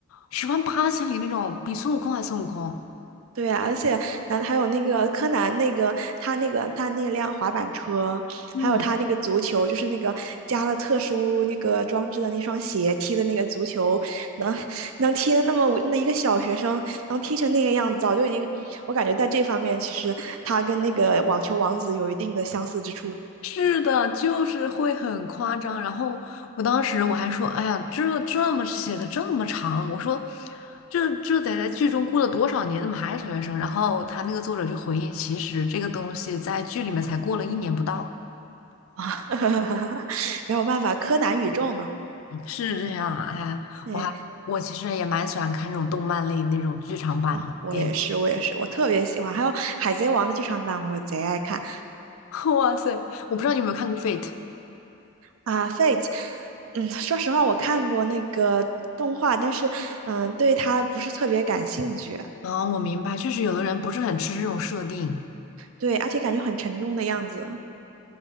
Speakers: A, on the left (about 80°); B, on the right (about 80°).
A: 十万八千里那种，比孙悟空还孙悟空。
B: 对啊，而且那还有那个柯南，那个他那个他那辆滑板车，
A: 嗯，
B: 还有他那个足球，就是那个加了特殊那个装置的那双鞋踢的那个足球，能能踢的那么那一个小学生能踢成那个样子，早就已经，我感觉在这方面其实他跟那个网球王子有一定的相似之处
A: 是的，就是会很夸张。然后我当时我还说，哎呀，这这么写的这么长，我说这这得在剧中过了多少年，怎么还是小学生？然后他那个作者就回应，其实这个东西在剧里面才过了一年不到。
B: 啊，<laughs> 没有办法，柯南宇宙嘛，
A: 嗯是这样啊，哎，
B: 哎
A: 我还我其实也蛮喜欢看这种动漫类那种剧场版的电影。
B: 啊，我也是，我也是，我特别喜欢，还有海贼王的剧场版，我贼爱看。
A: <laughs> 哇塞，我不知道你有没有看过《Fate》。
B: 啊，Fate，嗯，说实话，我看过那个动画，但是，嗯，对它不是特别感兴趣，
A: 啊，我明白，确实有的人不是很吃这种设定。
B: 对，而且感觉很沉重的样子。